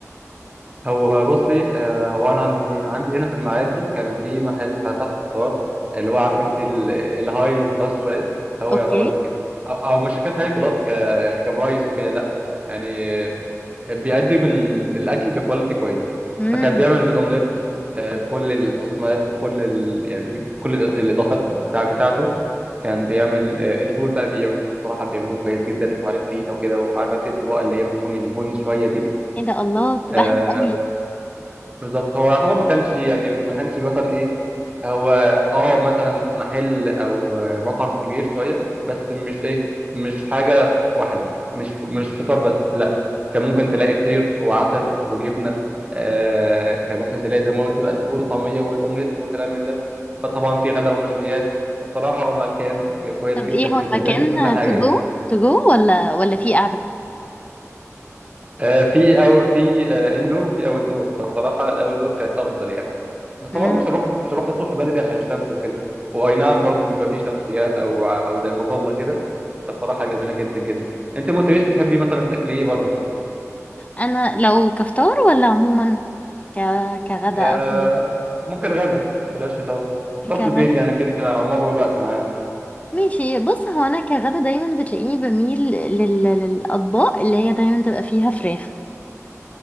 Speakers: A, on the right (about 25°); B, on the left (about 25°).
A: هو بصي آه، وانا عندي عندي هنا في المعادي كان في محل فتح فطار اللي هو عارف انت ال- الهاي كلاس شويه هو
B: اوكي
A: يعتبر زي كده او أو مش شركات هاي كلاس ك كبرايس وكده لا يعني آه، بيقدم ال- الاكل بكواليتي كويس
B: امم
A: فكان بيعمل بيض اومليت آه، بكل الاصناف وكل ال... يعني كل الاضافات بتاع بتاعته كان بيعمل آه، الفول بقى بيعمل بصراحه بيعمله كويس جدا وعليه طحينه وكده وعارفه انت الطبقه اللي هي بتكون البن شويه دي
B: ايه ده الله بتبقى
A: آه،
B: حلوة قوي
A: بالظبط هو يعتبر ما كانش يعني ما كانش مثلا ايه هو اه مثلا محل او مطعم كبير شويه بس مش ايه مش حاجه واحده مش مش فطار بس لا كان ممكن تلاقي فطير وعسل وجبنه آه كان ممكن تلاقي زي ما قلت بقى الفول والطعميه والاومليت وكلام من ده بس طبعا في غدا ومشويات فبصراحه هو مكان كويس
B: طب ايه
A: جدا جدا
B: هو المكان
A: بيقدم كل حاجه
B: تو
A: يعني
B: جو تو جو ولا ولا في
A: آه في أو في آه اندور وفي اوت دور فبصراحه الاوت دور كانت افضل يعني بس طبعا
B: قاعدة
A: مش هروح مش هروح الصبح بدري عشان الشمس وكده واي نعم برضه بيبقى فيه شمسيات او او زي مظله كده فبصراحه جميله جدا جدا انت ما قلتليش بتحبي مثلا تاكلي ايه بره
B: انا لو كفطار ولا عموما ك... كغدا
A: آه
B: او كده؟
A: ممكن غدا بلاش فطار فطار
B: كغدا
A: في البيت يعني كده كده او معظم الوقت معانا
B: ماشي بص هو انا كغدا دايما بتلاقيني بميل لل... للاطباق اللي هي دايما تبقى فيها فراخ